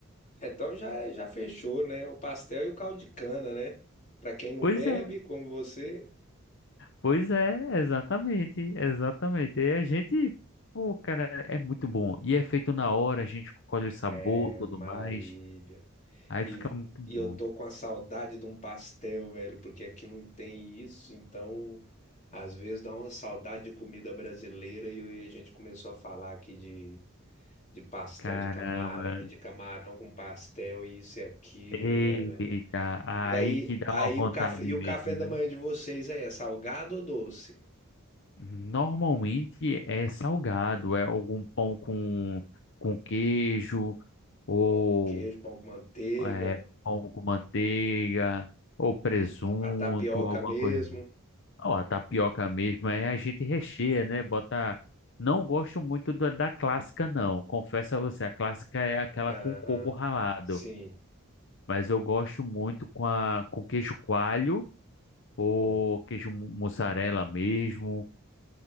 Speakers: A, on the left; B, on the left.
A: É, Então já, já fechou, né? O pastel e o caldo de cana, né? Pra quem não
B: Pois
A: bebe,
B: é,
A: como você.
B: pois é, exatamente, exatamente. E a gente, pô, cara, é muito bom. E é feito na hora, a gente escolhe o sabor,
A: É
B: tudo
A: maravilha.
B: mais. Aí
A: E,
B: fica muito
A: e eu
B: bom.
A: tô com a saudade de um pastel, velho, porque aqui não tem isso, então às vezes dá uma saudade de comida brasileira e aí a gente começou a falar aqui de, de pastel
B: Caramba.
A: de camarão e de camarão com pastel e isso e aquilo,
B: Eita,
A: né, velho?
B: aí
A: E aí,
B: que dá
A: aí
B: uma vontade
A: o café, e o
B: mesmo,
A: café da
B: né?
A: manhã de vocês aí é salgado ou doce?
B: Normalmente é salgado, é algum pão com, com queijo, ou
A: Pão com queijo, pão com manteiga.
B: é, pão com manteiga, ou presunto,
A: A tapioca
B: alguma
A: mesmo.
B: coisa. Ou a tapioca mesmo, aí a gente recheia, né? Bota. Não gosto muito da, da clássica, não. Confesso a você, a clássica é aquela
A: Aham.
B: com coco ralado.
A: Sim.
B: Mas eu gosto muito com, a, com queijo coalho ou
A: Ó,
B: queijo mu- mussarela mesmo